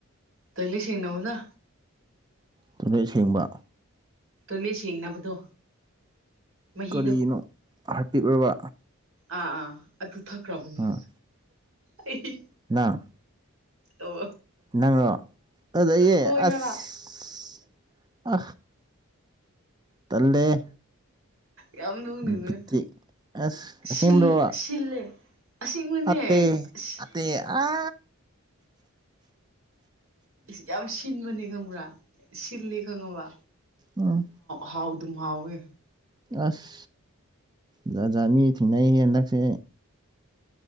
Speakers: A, on the right; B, on the right.
A: ꯇꯣꯏꯂꯦꯠ ꯁꯦꯡꯅꯕꯅ
B: ꯇꯣꯏꯂꯦꯠ ꯁꯦꯡꯕ
A: ꯇꯣꯏꯂꯦꯠ ꯁꯦꯡꯅꯕꯗꯣ ꯃꯍꯤꯗꯣ
B: ꯀꯔꯤꯅꯣ ꯍꯥꯔꯄꯤꯛꯔꯕ
A: ꯑꯥ ꯑꯥ ꯑꯗꯨ ꯊꯛꯈ꯭ꯔꯕꯅꯤ
B: ꯎꯝ
A: ꯑꯩ
B: ꯅꯪ
A: ꯑꯣ
B: ꯅꯪꯔꯣ ꯐꯖꯩꯌꯦ
A: ꯍꯣꯏ
B: ꯑꯁ
A: ꯍꯥꯏꯕ
B: ꯇꯜꯂꯦꯍꯦ
A: ꯌꯥꯝ ꯅꯣꯛꯅꯤꯡꯉꯦ
B: ꯕꯨꯇꯤꯛ ꯑꯁ ꯑꯁꯦꯡꯕ꯭ꯔꯣ
A: ꯁꯤꯜ ꯁꯤꯜꯂꯦ ꯑꯁꯦꯡꯕꯅꯦ
B: ꯑꯠꯇꯦ
A: ꯑꯁ
B: ꯑꯠꯇꯦ ꯑꯁ
A: ꯌꯥꯝ ꯁꯤꯟꯕꯅꯦ ꯈꯪꯕ꯭ꯔꯥ ꯁꯤꯜꯂꯤ ꯈꯪꯉꯕꯥ
B: ꯎꯝ
A: ꯍꯥꯎ ꯑꯗꯨꯝ ꯍꯥꯎꯋꯦ
B: ꯑꯁ ꯖꯥꯖꯥꯠ ꯃꯤ ꯊꯦꯡꯅꯩꯍꯦ ꯍꯟꯗꯛꯁꯦ